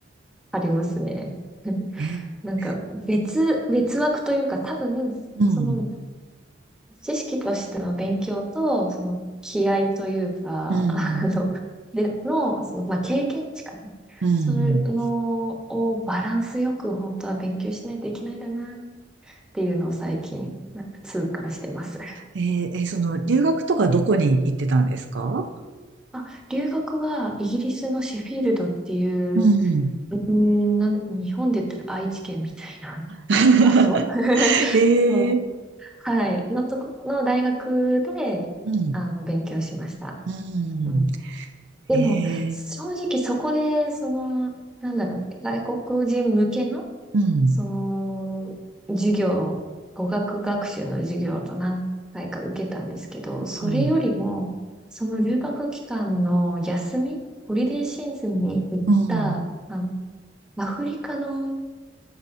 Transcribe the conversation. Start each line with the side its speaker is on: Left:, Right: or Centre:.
Centre: ありますね。<laughs>
Right: え
Centre: なんか別、別枠というか多分、
Right: うん、
Centre: その知識としての勉強と、その気合というか、
Right: うん、
Centre: <laughs> あの、で、の、その、まあ、経験値かな。
Right: うん、
Centre: そういうのをバランスよく本当は勉強しないといけないんだなっていうのを最近、なんか痛感してます。
Right: えーえーその、留学とかどこに行ってたんですか
Centre: あ、留学はイギリスのシェフィールドっていう、
Right: うん。
Centre: うーん、なん、日本で言ったら愛知県みたいな
Right: <laughs>
Centre: <laughs> 場所 <laughs>
Right: えー、
Centre: そう、はい、のとこの大学で、
Right: うん、
Centre: あの、勉強しました。
Right: うん、
Centre: うんでも、
Right: えー、
Centre: 正直そこで、その、なんだろう、外国人向けの、
Right: うん、
Centre: その、授業、語学学習の授業と何回か受けたんですけど、それよりも、
Right: うん、
Centre: その留学期間の休み、ホリデーシーズンに行った、
Right: うん、
Centre: あの、アフリカの